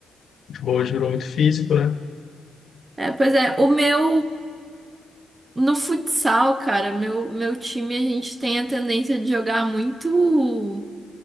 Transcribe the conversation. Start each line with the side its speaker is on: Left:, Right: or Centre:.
Left: futebol hoje virou muito físico, né?
Right: É, pois é, o meu no futsal, cara, meu, meu time a gente tem a tendência de jogar muito